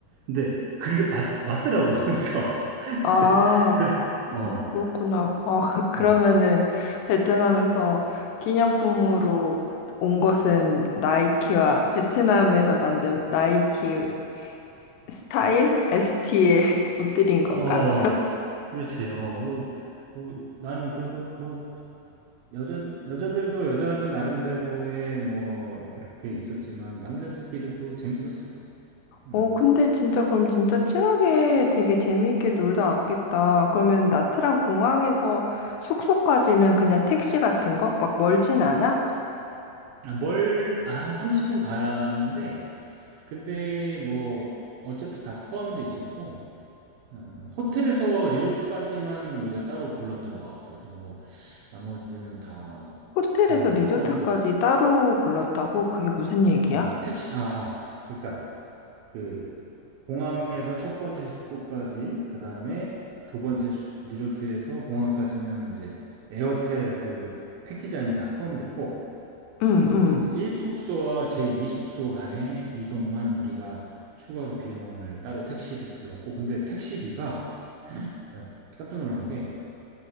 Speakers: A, on the right (about 80°); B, on the left (about 85°).
A: 근데 그게 맞, 맞더라고, 보니까. <laughs>
B: 아,
A: 근데, 그래,
B: 그-
A: 어,
B: 그렇구나. 아, <laughs> 그러면은
A: 어,
B: 베트남에서 기념품으로 온 것은 나이키와 베트남에서 만든 나이키 스타일? ST의 <laughs> 옷들인 건가?
A: 어, 그렇지. 어, 어, 어, 나는 그래서 뭐, 여자, 여자들도 여자들 나름대로의 뭐, 그렇게 있었지만, 남자들끼리도 재밌었어. 음.
B: 어, 근데 진짜 그럼 진짜 친하게 되게 재밌게 놀다 왔겠다. 그러면 나트랑 공항에서 숙소까지는 그냥 택시 같은 거? 막 멀진 않아?
A: 아, 뭘, 아, 한 30분 가는데, 근데 뭐, 어차피 다 포함돼 있었고, 어, 호텔에서 리조트까지만 우리가 따로 불렀던 것 같아. 그리고 나머지는 다
B: 호텔에서
A: 비용에
B: 리조트까지
A: 포함돼 있어.
B: 따로 불렀다고? 그게 무슨 얘기야?
A: 어, 택시, 아, 아, 그러니까 그 공항에서 첫 번째 숙소까지, 그 다음에 두 번째 수- 리조트에서 공항까지는 이제 에어텔 그 패키지 안에 다 포함됐고,
B: 응, 응.
A: 일 1숙소와 제2숙소 간의 이동만 우리가 추가로 비용을 따로 택시를 불렀고, 근데 택시비가 나 깜짝 놀란 게